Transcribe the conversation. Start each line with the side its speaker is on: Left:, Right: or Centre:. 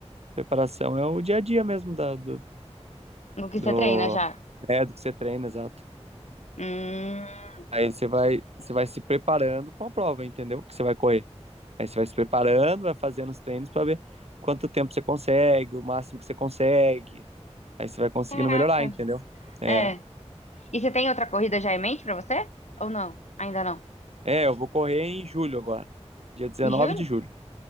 Right: Preparação é o dia a dia mesmo da, do,
Left: do que
Right: do,
Left: você treina já?
Right: é, do que você treina, exato.
Left: Hum,
Right: Aí você vai, você vai se preparando pra uma prova, entendeu? Que você vai correr. Aí você vai se preparando, vai fazendo os treinos para ver quanto tempo você consegue, o máximo que você consegue. Aí você vai conseguindo
Left: caraca.
Right: melhorar, entendeu? É.
Left: É. E você tem outra corrida já em mente pra você? Ou não? Ainda não?
Right: É, eu vou correr em julho agora. Dia 19
Left: Em julho?
Right: de julho.